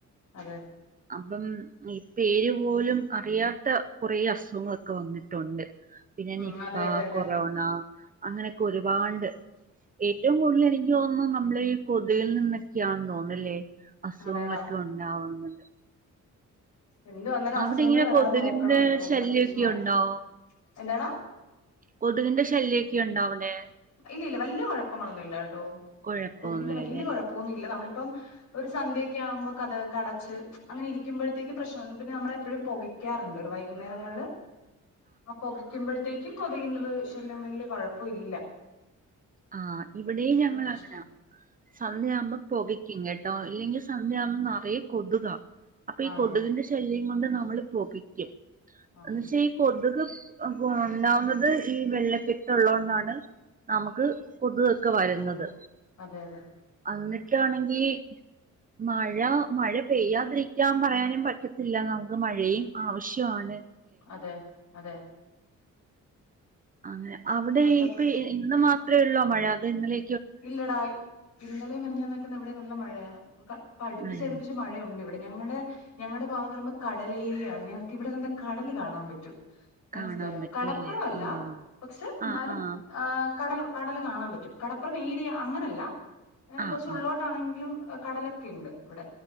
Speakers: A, on the left (about 65°); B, on the right (about 25°).
A: അതെ
B: അപ്പം ഈ പേര് പോലും അറിയാത്ത കുറേ അസുഖങ്ങളൊക്കെ വന്നിട്ടുണ്ട് പിന്നെ
A: ഉം
B: നിപ്പ
A: അതെ അതെ അതെ
B: കൊറോണ അങ്ങനെയൊക്കെ ഒരുപാണ്ട് ഏറ്റവും കൂടുതൽ എനിക്ക് തോന്നുന്നു നമ്മളെ ഈ കൊതുകിൽ നിന്നൊക്കെയാന്ന് തോന്ന്ന്നല്ലേ അസുഖങ്ങളൊക്കെ
A: അതേടാ
B: ഉണ്ടാവുന്നു
A: എന്ത് വന്നാലും അസുഖങ്ങൾ
B: അവിടെ ഇങ്ങനെ
A: വരാതെ
B: കൊതുകിന്റെ
A: നോക്കണല്ലോ
B: ശല്യൊക്കെ
A: പ്രത്യേകിച്ച് മഴക്
B: ഉണ്ടാവോ
A: എന്താടാ
B: കൊതുകിന്റെ ശല്യക്കെ ഉണ്ടാവിടെ
A: ഇല്ല ഇല്ല വല്യ കുഴപ്പങ്ങളൊന്നുല്ലട്ടോ
B: കുഴപ്പൊന്നുമില്ലല്ലേ
A: കൊതുകിന്റെ വല്യ കുഴപ്പൊന്നു ഇല്ല നമ്മള് ഇപ്പം ഒരു സന്ധ്യൊക്കെ ആഉമ്പോ കതക് ഒക്കെ അടച്ച് അങ്ങനെ ഇരിക്കുമ്പോഴത്തേക്കും പ്രശ്നം പിന്നെ നമ്മള് എപ്പോഴും പുകയ്ക്കാറുണ്ട് ഒരു വൈകുന്നേരങ്ങളില് ആ പൊകയ്ക്കുമ്പയ്ത്തേക്ക് ക്കും കൊത്കിന്റെത് ശല്യം വല്യ കൊഴപ്പൊയില്ല
B: ആ ഇവിടെയും ഞങ്ങള്
A: പ്രശ്നം
B: അങ്ങനാ സന്ധ്യയാവുമ്പോം പൊകക്കും കേട്ടോ ഇല്ലെങ്കിൽ സന്ധ്യയാവുമ്പോ നറയെ കൊതുക അപ്പൊ ഈ
A: ആണോ
B: കൊതുകിന്റെ ശല്യം മന്തെന്ന അമ്മള് <unintelligible>
A: ആഹ്
B: ന്നക്ഷെ ഈ കൊത് കൊതുക് ഉണ്ടാവുന്നത് ഈ വെള്ളക്കെട്ട് ഉള്ളോണ്ടാണ് നമുക്ക് കൊതുക് ഒക്കെ വരുന്നത്
A: അതെ അതെ
B: എന്നിട്ടാണെങ്കി മഴ മഴ പെയ്യാതിരിക്കാൻ പറയാനും പറ്റത്തില്ല നമുക്ക് മഴയും ആവിശ്യാണ്
A: അതേ. അതെ.
B: അങ്ങനെ അവിടെ
A: നല്ല
B: ഇപ്പൊ
A: പു
B: ഇന്ന് മാ അത്രയേ ഉള്ളോ മഴ? അതോ ഇന്നലെ
A: ഇല്ലടാ ഇന്നലെ മിനിഞ്ഞാന്ന് തന്നെ ഇവിടെ നല്ല മഴയാ. ഇപ്പൊക്കെ അടുപ്പിച്ചടുപ്പിച്ച്
B: മഴ
A: മഴയുണ്ട് ഇവി ഞങ്ങളുടെ ഞങ്ങടെ ഭാഗംന്ന് പറയുമ്പോ കടലേരിയാണ്. ഞങ്ങക്ക് ഇവിടെ നിന്ന് കടൽ കാണാൻ പറ്റും. മനസ്സിലായോ
B: കാണാൻ പറ്റൂല്ലേ
A: കടപ്പുറം അല്ല
B: ആഹ്
A: പക്ഷെ ഇന്നാലും
B: ആഹ് ആഹ്
A: ഏഹ് കടൽ കടല് കാണാൻ പറ്റും. അപ്പറം ഏരിയ അങ്ങനല്ല.
B: ആഹ്
A: കൊറച്ച് ഉള്ളോട്ട്
B: ആഹ്
A: ആണെങ്കിലും കടലൊക്കെ ഇണ്ട് ഇവിടെ